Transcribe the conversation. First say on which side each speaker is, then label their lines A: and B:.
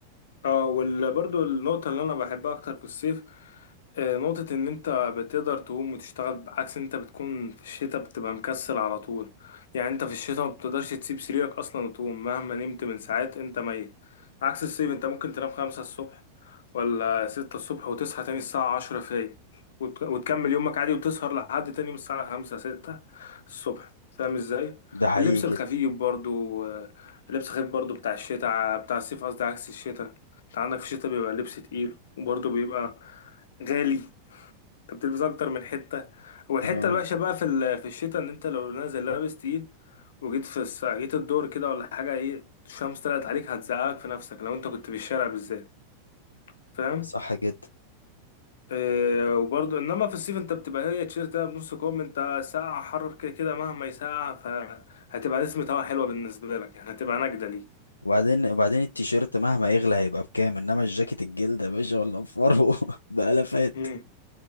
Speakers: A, on the left; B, on the left.
A: اه وبرضه النقطة اللي أنا بحبها أكتر في الصيف آه، نقطة إن أنت بتقدر تقوم وتشتغل بعكس أنت بتكون في الشتاء بتبقى مكسل على طول يعني أنت في الشتاء ما بتقدرش تسيب سريرك أصلا وتقوم مهما نمت من ساعات أنت ميت عكس الصيف أنت ممكن تنام خمسة الصبح ولا ستة الصبح وتصحى تاني الساعة عشرة فايق وت- وتكمل يومك عادي وتسهر لحد تاني يوم الساعة خمسة ستة الصبح فاهم إزاي؟
B: ده حقيقي
A: اللبس
B: جدا
A: الخفيف برضه آه، اللبس الخفيف برضه بتاع الشتاء بتاع الصيف قصدي عكس الشتاء انت عندك في الشتاء بيبقى اللبس تقيل وبرضه بيبقى غالي انت بتلبس اكتر من حته والحته
B: اه
A: الوحشه بقى في ال- في الشتاء ان انت لو نازل لابس تقيل وجيت في الس- جيت الدور كده ولا حاجه ايه الشمس طلعت عليك هتزقك في نفسك لو انت كنت في الشارع بالذات فاهم
B: صح جدا
A: إيه وبرضه انما في الصيف انت بتبقى هي تيشيرت ده بنص كم انت ساقعه حر كده كده مهما يسقع فهتبقى نسمة هوا حلوه بالنسبه لك يعني هتبقى نجده ليك
B: وبعدين وبعدين التيشيرت مهما يغلى هيبقى بكام انما الجاكيت الجلد يا باشا ولا بفرو <laughs> بألافات
A: امم